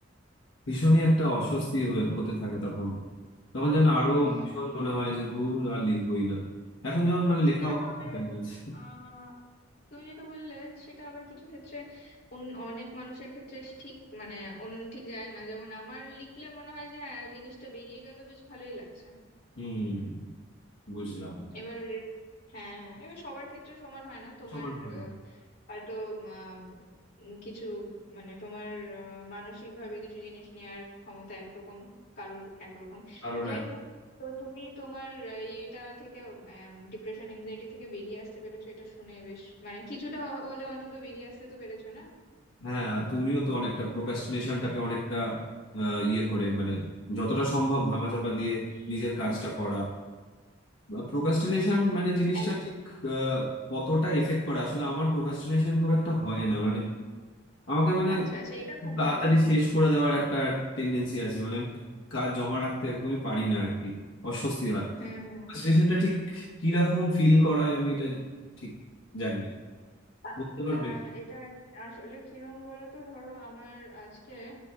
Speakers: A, on the left; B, on the left.
A: ভীষণই একটা অস্বস্তি হয়ে হতে থাকে তখন তখন যেন আরো
B: হুম
A: ভীষণ মনে হয় যে ধুর আর লিখবই না এখন যেমন মানে লেখাও
B: না
A: বন্ধ
B: তবে
A: হয়ে গেছে
B: আহ তুমি যেটা বললে সেটা আবার কিছু ক্ষেত্রে অন- অনেক মানুষের ক্ষেত্রে ঠিক মানে অন্য ঠিক যায় না যেমন আমার লিখলে মনে হয় যে হ্যাঁ জিনিসটা বেরিয়ে গেল বেশ ভালোই লাগছে
A: হম বুঝলাম
B: এবার হ্যাঁ হ্যাঁ এবার সবার ক্ষেত্রে সমান হয় না তোমার
A: সময় হয়
B: আহ,
A: না।
B: হয়তো উম, আম, কিছু মানে তোমার আহ, মানসিক ভাবে কিছু জিনিস নেয়ার ক্ষমতা একরকম কারোর একরকম
A: কারোর
B: যাই
A: এক
B: হোক তো তুমি তোমার আহ, ইয়েটা থেকে ডিপ্রেশন এনজাইটি থেকে বেরিয়ে আসতে পেরেছো এটা শুনে বেশ মানে কিছুটা হলে অন্তত বেরিয়ে আসতে তো পেরেছো না
A: হ্যাঁ আর তুমিও তো অনেকটা প্রোক্রাস্টিনেশনটাকে অনেকটা আহ, ইয়ে করে মানে যতটা সম্ভব ধামাচাপা দিয়ে নিজের কাজটা করা প্রোক্রাস্টিনেশন মানে জিনিসটা
B: এক
A: ঠিক আহ, কতটা এফেক্ট করে আসলে আমার প্রোক্রাস্টিনেশন খুব একটা হয় না মানে আমাকে মানে
B: আচ্ছা আচ্ছা এটা
A: খুব
B: খুব
A: তাড়াতাড়ি
B: ভালো
A: শেষ করে দেওয়ার একটা টেন্ডেন্সি আছে মানে আমি কাজ জমা রাখতে একদমই পারি না আর কি অস্বস্তি হয়
B: হুম
A: প্রোক্রাস্টিনেশনটা ঠিক কিরকম ফিল করায় আমি এটা ঠিক জানি না
B: আ-
A: বলতে পারবে
B: আ, এটা আসলে কিরম বলো তো ধরো আমার আজকে